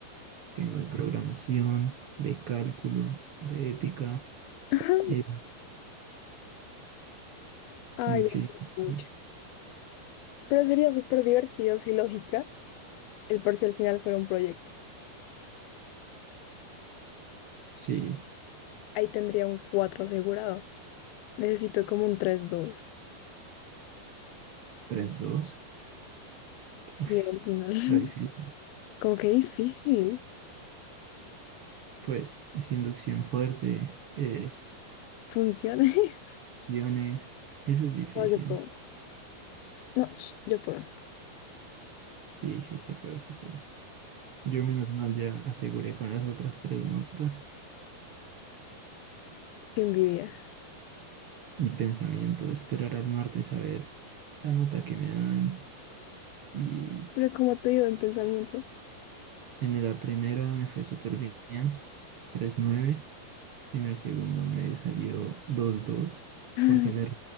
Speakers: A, on the right; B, on the left.
A: Tengo de programación, de cálculo, de ética,
B: Ajá.
A: eh,
B: Ay,
A: muchísimas
B: lo siento
A: cosas.
B: mucho. Pero sería súper divertido si lógica el parcial final fuera un proyecto.
A: Sí,
B: Ahí tendría un 4 asegurado. Necesito como un tres dos.
A: tres, dos.
B: Sí,
A: Uy,
B: al final.
A: está
B: <laughs>
A: difícil.
B: Como que difícil.
A: Pues es inducción fuerte, es
B: Funciones. <laughs>
A: opciones. Eso es difícil.
B: No, yo puedo. No, ch, yo puedo.
A: Sí, sí, se puede, se puede. Yo menos mal ya aseguré con las otras tres notas
B: Qué envidia.
A: y pensamiento. Esperar al martes a ver la nota que me dan. Y
B: Pero como te digo en pensamiento,
A: en la primera me fue súper bien, tres punto nueve. En el segundo me salió dos punto 2,
B: <laughs>
A: porque le